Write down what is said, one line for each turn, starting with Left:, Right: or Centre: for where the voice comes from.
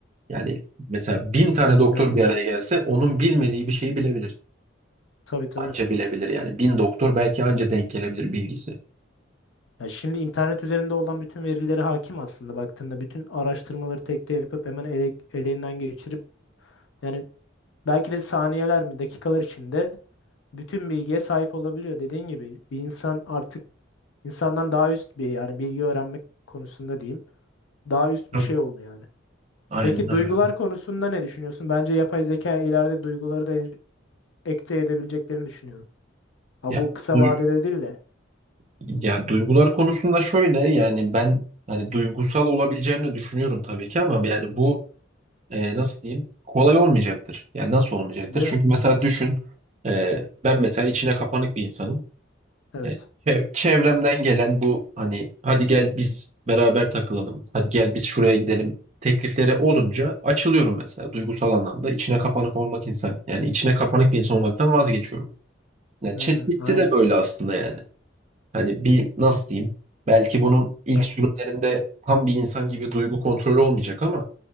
Right: Yani mesela bin tane doktor
Left: Evet.
Right: bir araya gelse onun bilmediği bir şeyi bilebilir.
Left: Tabii tabii.
Right: Anca bilebilir yani bin doktor belki anca denk gelebilir bilgisi.
Left: Ya şimdi internet üzerinde olan bütün verilere hakim aslında baktığında bütün araştırmaları tek tek yapıp hemen ele, eleğinden geçirip yani belki de saniyeler mi dakikalar içinde bütün bilgiye sahip olabiliyor. Dediğin gibi bir insan artık insandan daha üst bir yani bilgi öğrenmek konusunda diyeyim daha üst
Right: Tabii,
Left: bir şey oldu yani.
Right: aynen
Left: Peki
Right: öyle.
Left: duygular konusunda ne düşünüyorsun? Bence yapay zeka ileride duyguları da en- ekte edebileceklerini düşünüyorum. Ha
Right: Ya,
Left: bu kısa
Right: duy-
Left: vadede değil de
Right: ya duygular konusunda şöyle yani ben hani duygusal olabileceğini düşünüyorum tabii ki ama yani bu e, nasıl diyeyim kolay olmayacaktır. Yani nasıl olmayacaktır?
Left: değil
Right: Çünkü
Left: mi?
Right: mesela düşün e, ben mesela içine kapanık bir insanım.
Left: Evet.
Right: E, çev- Çevremden gelen bu hani hadi gel biz beraber takılalım, hadi gel biz şuraya gidelim tekliflere olunca açılıyorum mesela duygusal anlamda. İçine kapanık olmak insan yani içine kapanık bir insan olmaktan vazgeçiyorum. Ya
Left: Hmm,
Right: ChatGPT
Left: aynen.
Right: de böyle aslında yani. Hani bir nasıl diyeyim? Belki bunun ilk
Left: Yap-
Right: sürümlerinde tam bir insan gibi duygu kontrolü olmayacak ama